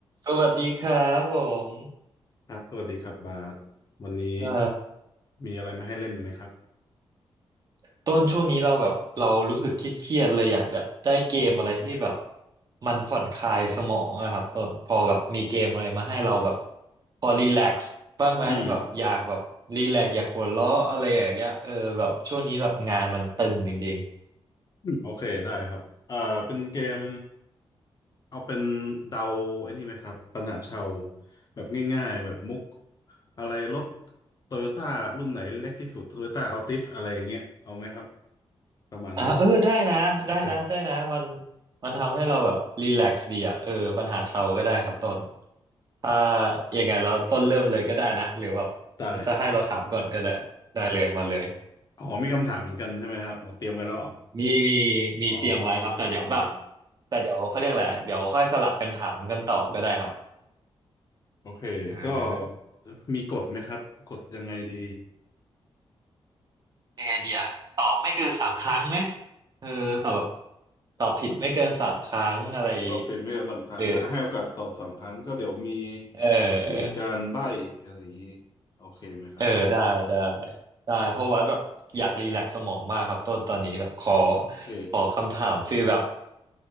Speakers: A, on the right; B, on the left.
A: สวัสดีครับผม
B: ครับสวัสดีครับบาสวันนี้
A: ใช่
B: มีอะไรมาให้เล่นอีกไหมครับ
A: ต้นช่วงนี้เราแบบเรารู้สึกเครียดๆเลยอยากแบบได้เกมอะไรที่แบบมันผ่อนคลายสมองอะครับต้นพอแบบมีเกมอะไรมาให้เราแบบพอรีแลกซ์บ้างไหมแบบอยากแบบรีแลกซ์อยากหัวเราะอะไรอย่างเงี้ยเออแบบช่วงนี้แบบงานมันตึงจริงๆ
B: อืมอืมโอเคได้ครับเอ่อเป็นเกมเอาเป็นเดาไอ้นี่ไหมครับปัญหาชาวแบบง่ายๆแบบมุกอะไรรถโตโยต้ารุ่นไหนเล็กที่สุดโตโยต้าอัลติสอะไรอย่างเงี้ยเอาไหมครับประมาณนี้
A: อ่ะเออได้นะได้นะได้นะมัน
B: โอเค
A: มันทำให้เราแบบรีแลกซ์ดีอะเออปัญหาเชาก็ได้ครับต้น อ่ายังไงเราต้นเริ่มเลยก็ได้นะหรือแบบ
B: ได้
A: จะให้เราถามก่อนก็ได้ได้เลยมาเลย
B: อ๋อมีคำถามเหมือนกันใช่ไหมครับอ๋อเตรียมไว้แล้วเหรอ
A: มีมีมีเตรียมไว้ครับแต่เดี๋ยวแบบ
B: อ๋อโอเค
A: แต่เดี๋ยวเขาเรียกอะไรเดี๋ยวค่อยสลับกันถามกันตอบก็ได้ครับ
B: โอเคก็
A: เออ
B: มีกฎไหมครับกฎยังไงดี
A: ยังไงดีอะตอบไม่เกินสามครั้งไหมเออตอบแบบตอบผิดไม่เกินสามครั้งอะไร
B: ตอบผิดไม่เกินสามครั้งอ่ะให้โอกาสตอบสามครั้งก็เดี๋ยวมี
A: หรือเออ
B: มีการใบ้อะไรอย่างนี้โอเคไหมครับ
A: เออได้ได้ได้เพราะว่าแบบอยากรีแลกซ์สมองมากครับต้นตอนนี้แบบขอ
B: โอเค
A: ขอคำถามฟีลแบบ